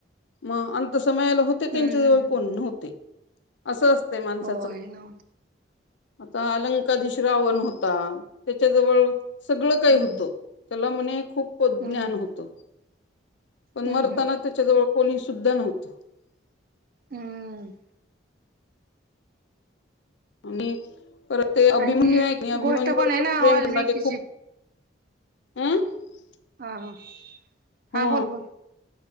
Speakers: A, on the left; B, on the right.
A: मग अंत समयाला होते त्यांच्या
B: हम्म
A: जवळ
B: हम्म हम्म
A: कोण नव्हते असं असते माणसा
B: होय ना.
A: आता अलंकाधीश रावण होता त्याच्याजवळ सगळं काही
B: हम्म
A: होतं त्याला म्हणे खूप ज्ञान
B: हम्म
A: होत. पण
B: हम्म
A: मरताना
B: हम्म
A: त्याच्याजवळ कोणी सुुद्धा नव्हतं
B: हम्म.
A: आणि परत ते अभिमन्यू
B: आणि ती
A: आहे क नाही अभिमन्यूवर
B: गोष्ट आहे
A: पण
B: ना
A: प्रेम
B: वाल्मिकीची
A: करणार ते खूप <unintelligible>
B: हा हा
A: हो
B: हा बोल बोल.